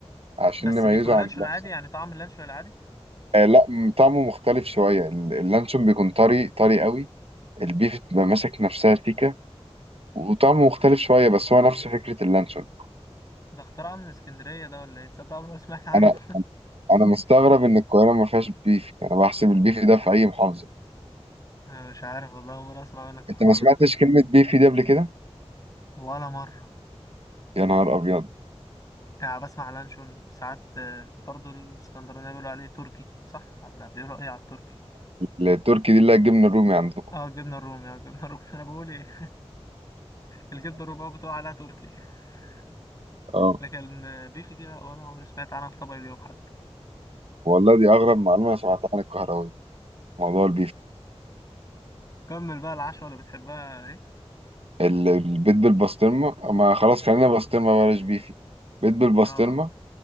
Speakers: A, on the right; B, on the left.
A: عشان
B: بس
A: نميزه
B: بيكون لانشون
A: عن اللانشون
B: عادي يعني طعم اللانشون العادي
A: آه لا م- طعمه مختلف شوية ال- اللانشون بيكون طري طري قوي البيف بتبقى ماسك نفسها سيكة وطعمه مختلف شوية بس هو نفس فكرة اللانشون
B: ده اختراع من اسكندرية ده ولا ايه تصدق عمري ما سمعت عنه
A: أنا أنا مستغرب إن القاهرة ما فيهاش بيف أنا بحسب البيف ده في أي محافظة
B: <laughs> انا مش عارف والله أول مرة اسمع منك الحوار
A: أنت ما سمعتش
B: ده
A: كلمة بيفي دي قبل كده؟
B: ولا مرة
A: يا نهار أبيض
B: يعني بسمع لانشون ساعات آه، برضو الاسكندرانية بيقولوا عليه تركي صح ولا بيقولوا ايه على التركي
A: التركي دي اللي هي الجبنة الرومي عندكم
B: اه جبنة الرومي اه جبنة الرومي <laughs> انا بقول ايه؟ الكبده الرباعي بتقع عليها تركي <laughs>
A: اه
B: لكن بيفي دي لا ولا عمري سمعت عنها في طبق اليوم حتى
A: والله دي أغرب معلومة أنا سمعتها عن الكهراوي موضوع البيف
B: كمل بقى العشوة اللي بتحبها ايه
A: ال- البيض بالبسطرمة ما خلاص خلينا بسطرمة بلاش بيفي بيض بالبسطرمة
B: اه